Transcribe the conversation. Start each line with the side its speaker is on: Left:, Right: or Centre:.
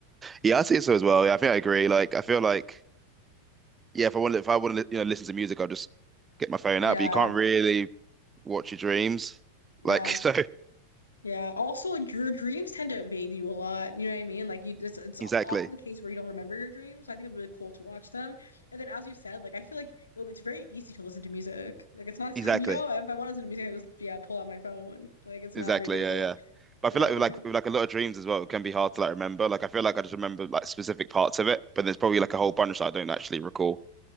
Right: Yeah, I'd say so as well. Yeah, I think I agree. Like I feel like yeah, if I want if I want to, you know, listen to music, I'll just get my phone
Left: Yeah,
Right: out. But you can't really watch your dreams,
Left: yeah.
Right: like <laughs> so.
Left: Yeah. Also, like your dreams tend to evade you a lot. You know what I mean? Like you, it's, it's
Right: Exactly,
Left: often the case where you don't remember your dreams. So I think it'd be really cool to watch them. And then, as you said, like I feel like it'll- it's very easy to listen to music. Like it's not
Right: exactly,
Left: <laughs> time, you know. If I want to listen to music, I just yeah pull out my phone. Like it's
Right: exactly.
Left: not very difficult.
Right: Yeah, yeah. But
Left: So
Right: I feel
Left: yeah,
Right: like
Left: I
Right: with
Left: definitely.
Right: like
Left: would do-
Right: with like a lot of dreams as well, it can be hard to like remember. Like I feel like I just remember like specific parts of it, but there's probably like a whole bunch that I don't actually recall